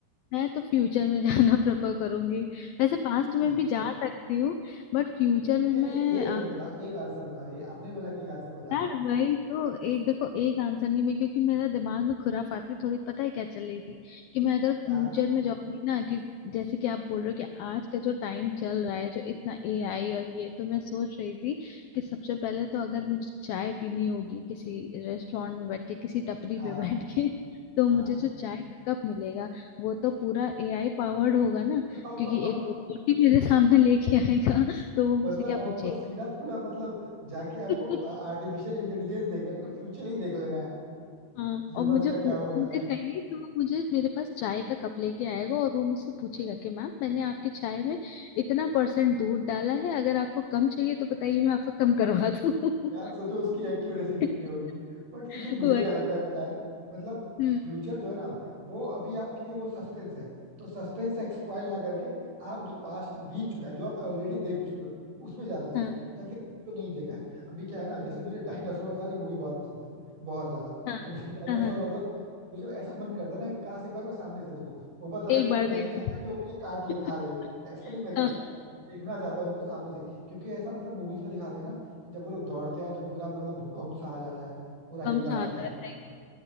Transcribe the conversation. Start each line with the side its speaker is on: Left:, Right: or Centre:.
Left: मैं तो फ्यूचर में जाना प्रेफर करूंगी वैसे पास्ट
Right: फ्यूचर
Left: में भी जा सकती हूँ बट फ्यूचर में
Right: नहीं नहीं
Left: मैं
Right: एक में बताओ एक आंसर बताओ ये आपने ही बोला कि एक आंसर बताना
Left: यार
Right: है
Left: वही तो एक देखो एक आंसर नहीं मैं क्योंकि मेरा दिमाग में खुराफाती थोड़ी पता है क्या चल रही थी कि मैं अगर फ्यूचर
Right: क्या
Left: में जाऊंगी ना कि जैसे कि आप बोल रहे हो कि आज का जो टाइम चल रहा है जो इतना एआई और ये तो मैं सोच रही थी कि सबसे पहले तो अगर मुझे चाय पीनी होगी किसी रेस्टोरेंट में बैठ के किसी टपरी
Right: हाँ
Left: पे बैठ के <laughs> तो
Right: हाँ
Left: मुझे जो चाय का कप मिलेगा वो तो पूरा एआई पावर्ड होगा ना
Right: <laughs>
Left: क्योंकि एक रोबोट ही मेरे सामने लेके आएगा तो वो
Right: मतलब
Left: मुझसे क्या पूछेगा
Right: आपको सीधा पूरा मतलब जाके
Left: <laughs>
Right: आपको आर्टिफिशियल इंटेलिजेंस देखना है पूरा फ्यूचर ही देख लेना है
Left: हाँ
Right: ह्यूमंस
Left: और मुझे
Right: का
Left: पू-
Right: क्या होने
Left: मुझे
Right: वाला है
Left: कहिए कि वो मुझे मेरे पास चाय का कप लेके आएगा और वो मुझसे पूछेगा कि मैम मैंने आपकी चाय में इतना परसेंट दूध डाला है अगर आपको कम चाहिए तो बताइए मैं आपको कम करवा दूँ
Right: यार सोचो उसकी एक्यूरेसी कितनी
Left: <laughs>
Right: होगी बट फिर भी मुझे
Left: वही
Right: क्या लगता है पता है मतलब
Left: हम्म
Right: फ्यूचर जो है ना वो अभी आपके लिए वो सस्पेंस है तो सस्पेंस एक्सपॉयल ना करके आप जो पास्ट बीत चुका है जो आप ऑलरेडी देख चुके हो उसमें जाना चाहिए
Left: हाँ
Right: या फिर जो नहीं देखा है अभी क्या है ना जैसे मुझे डायनासोर वाली मूवी बहुत पसंद है बहुत ज्यादा
Left: हाँ
Right: तो मुझे डायनासोर
Left: हाँ हाँ
Right: मतलब मुझे ऐसा मन करता है ना कि काश एक बार मैं सामने से देखूं वो बात अलग
Left: एक
Right: है
Left: बार
Right: कि मैं
Left: देख
Right: नहीं चाहता कि वो मुझे काट ले
Left: लो।
Right: खा ले
Left: <laughs>
Right: ऐसा नहीं मैं चाहता
Left: हाँ
Right: देखना चाहता हूँ उनको सामने से क्योंकि ऐसा मतलब मूवीज में दिखाते हैं ना कि जब वो लोग दौड़ते हैं तो पूरा मतलब भूकंप सा आ जाता है पूरा हिल
Left: कम
Right: जाता
Left: सा आता
Right: था
Left: है सही बात।